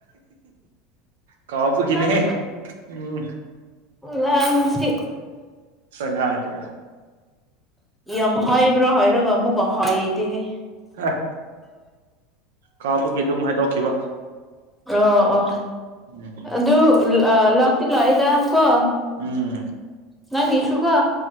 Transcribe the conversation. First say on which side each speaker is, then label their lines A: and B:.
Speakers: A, on the right (about 85°); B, in the centre.
A: ꯀꯥꯎꯕꯒꯤꯅꯦꯍꯦ
B: ꯅꯪ
A: ꯎꯝ
B: ꯅꯪꯁꯤ
A: <inaudible>
B: ꯌꯥꯝ ꯍꯥꯏꯕ꯭ꯔ ꯍꯥꯏꯔꯒ ꯑꯃꯨꯛꯀ ꯍꯥꯏꯗꯦꯍꯦ
A: ꯑꯥꯢ ꯀꯥꯎꯕꯒꯤ ꯑꯗꯨꯝ ꯍꯥꯏꯗꯣꯛꯈꯤꯕ
B: ꯑꯣ ꯑꯣ
A: ꯎꯝ
B: ꯑꯗꯨ ꯂꯥꯛꯇꯤ ꯂꯥꯛꯏꯗ ꯀꯣ
A: ꯎꯝ
B: ꯅꯪꯒꯤꯁꯨꯨꯀꯣ